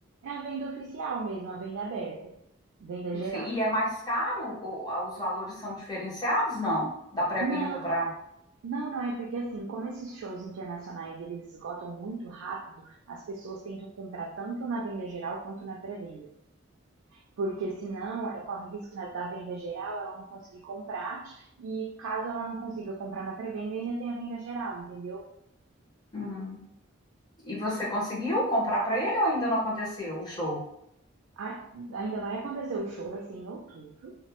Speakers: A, on the right; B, on the left.
A: É a venda oficial mesmo, a venda aberta, venda
B: Enfim,
A: geral.
B: e é mais caro? Ou, os valores são diferenciados? Não, da pré-venda
A: Não,
B: para.
A: Não, não, é porque assim, como esses shows internacionais eles esgotam muito rápido, as pessoas tentam comprar tanto na venda geral quanto na pré-venda. Porque senão é, corre o risco na- da venda geral ela não conseguir comprar, e caso ela não consiga comprar na pré-venda, ainda tem a venda geral, entendeu?
B: Uhum. E você conseguiu comprar para ele ou ainda não aconteceu o show?
A: A- Ainda vai acontecer o show, vai ser em outubro,